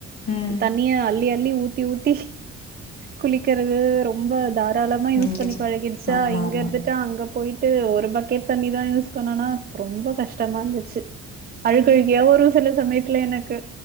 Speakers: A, on the left; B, on the right.
A: ம்
B: தண்ணிய அள்ளி அள்ளி ஊத்தி ஊத் தி குளிக்கிறது ரொம்ப த தாராளமா யூஸ்
A: இங்கே
B: பண்ணி
A: செ
B: பழகிடுச்சா
A: ஆமாம்
B: இங்க
A: ஆமாம்
B: இருந்துட்டு அங்க போயிட் ட்டு ஒரு பக்கெட் தண்ணிதா யூஸ் பண்ணனா ரொம்ப கஷ்டமா இருந்துச்சு அழுகழுகயா வரு சில சமயத்துல எனக்கு